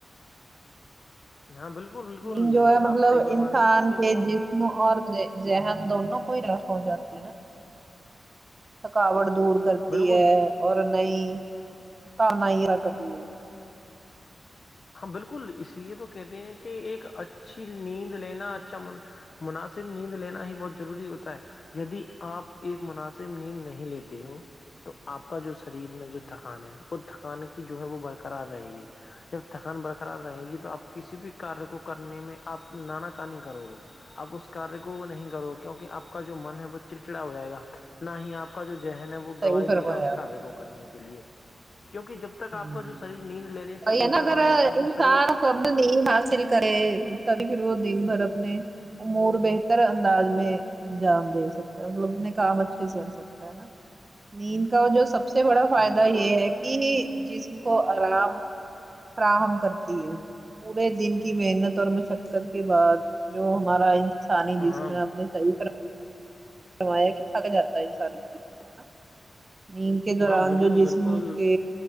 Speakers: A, on the left; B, on the right.
A: ہاں بالکل بالکل
B: نین جو ہے مطلب
A: آپ صحیح فرما
B: انسان
A: رہی ہیں کیونکہ
B: کے
A: دیکھو
B: جس اور ذہن دونوں کو ہی رر پہنچاتی ہے نا تھکاوٹ دور کرتی
A: بالکل
B: ہے اور نہیں تارنا ہی ر کرتی ہے
A: ہاں بالکل اس لیے تو کہتے ہیں کہ ایک اچھی نیند لینا اچھا م مناسب نیند لینا ہی بہت ضروری ہوتا ہے یدی آپ ایک مناسب نیند نہیں لیتے ہو تو آپ کا جو شریر میں جو تھکان ہے وہ تھکان کی جو ہے وہ برقرار رہے گی جب تھکان برقرار رہے گی تو آپ کسی بھی کاریہ کو کرنے میں آپ نانااکانی کرو گے آپ اس کاریہ کو نہیں کرو کیونکہ آپ کا جو من ہے وہ چڑچڑا ہو جائے گا نہ ہی آپ کا جو ذہن ہے وہ گواہائی
B: صحیح فرمایا
A: دے گا اس
B: آپ
A: کار کو کرنے کے لیے کیونکہ جب تک
B: ہوں
A: آپ کا جو شریر نیند لینے سے ارجاوان
B: نا گھر یہ
A: ہوتا ہے وہ شریر
B: سا کم نہیں حاصل کرے تبھی پھر وہ دن بھر اپنے امور بہتر انداز میں انجام دے سکتا ہے مطلب اپنے کام اچھے سے کر سکتا ہے نا نیند کا جو سب سے بڑا فائدہ
A: ہاں بالکل
B: یہ ہے کہ جسم کو آرام فراہم کرتی ہے پورے دن کی محنت اور مشقت کے بعد جو ہمارا سانی
A: ہاں
B: جس میں اپنی صحی کر کمایا کہ تھک جا ہے ان ساری چیزوں ہےا نیند کے دوران
A: ہاں بالکل
B: جو جسم
A: بالکل
B: کے